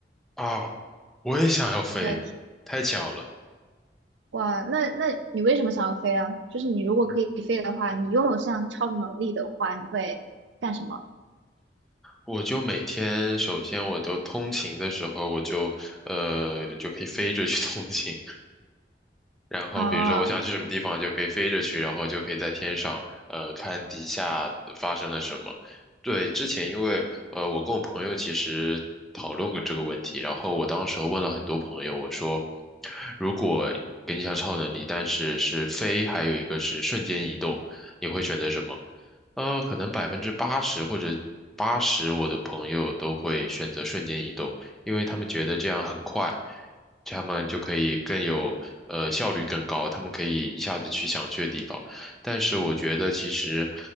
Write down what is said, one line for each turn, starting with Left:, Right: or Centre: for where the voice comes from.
Centre: 啊，我也想要飞，
Right: 对，
Centre: 太巧了。
Right: 哇，那那你为什么想要飞啊？就是你如果可以飞的话，你拥有这样超能力的话，你会干什么
Centre: 我就每天，首先我都通勤的时候，我就呃就可以飞着去 <laughs> 通勤。然后比如说我想去什么地方，
Right: 啊？
Centre: 就可以飞着去，然后就可以在天上，呃，看底下发生了什么。对，之前因为呃，我跟我朋友其实讨论过这个问题，然后我当时候问了很多朋友，我说，如果给你一项超能力，但是是飞，还有一个是瞬间移动，你会选择什么？呃，可能百分之八十或者八十我的朋友都会选择瞬间移动，因为他们觉得这样很快。他们就可以更有呃效率更高，他们可以一下子去想去的地方。但是我觉得其实